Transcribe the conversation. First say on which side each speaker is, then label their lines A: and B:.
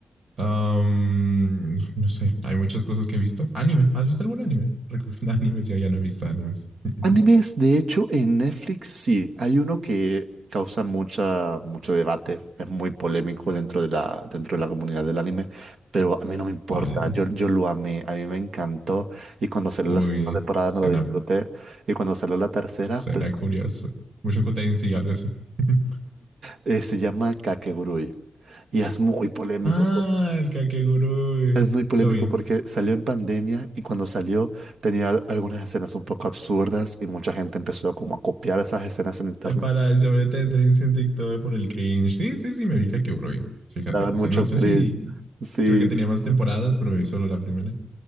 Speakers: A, on the right (about 60°); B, on the right (about 85°).
A: Um, no sé, hay muchas cosas que he visto. Anime, ¿has visto algún anime? Recomienda <laughs> animes, yo ya no he visto animes. <laughs>
B: Animes, de hecho, en Netflix sí, hay uno que causa mucha, mucho debate, es muy polémico dentro de la, dentro de la comunidad del anime, pero a mí no me importa,
A: ¿Cuál?
B: yo, yo lo amé, a mí me encantó y cuando salió
A: Uy,
B: la segunda temporada
A: suena,
B: me lo disfruté y cuando salió la tercera,
A: suena
B: pues,
A: curioso. Mucho Tensei y algo así. <laughs>
B: eh, se llama Kakegurui y es muy polémico.
A: ah, el Kakegurui.
B: Es muy polémico
A: Lo vi.
B: porque salió en pandemia y cuando salió tenía al- algunas escenas un poco absurdas y mucha gente empezó como a copiar esas escenas en internet.
A: Eh, Para el sobre tendencia en TikTok por el cringe. Sí, sí, sí, me vi Kakegurui. Fíjate
B: Daban
A: que
B: mucho
A: sí. No sé
B: cringe.
A: si
B: Sí,
A: creo que tenía más temporadas, pero me vi solo la primera.